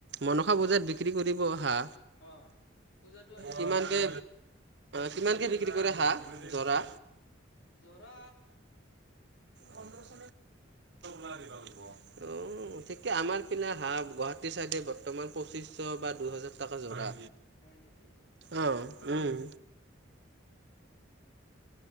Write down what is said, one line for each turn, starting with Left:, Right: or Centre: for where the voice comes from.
Right: মনসা বজাত বিক্ৰী কৰিব অহা
Left: অ', পূজাটো আহি
Right: কিমানকে
Left: আছে ন?
Right: কিমানকে বিক্ৰী কৰে হাঁহ জৰা
Left: জ্বৰা
Right: পোন্ধ ফ লাই দিবা লাগিব অ ঠিকে আমাৰ পি নে হা গুৱাহাটীৰ চাইডে বৰ্তমান পঁচিশ বা দুহজাৰ তাকা জোৰা
Left: হয় নেকি
Right: অ উম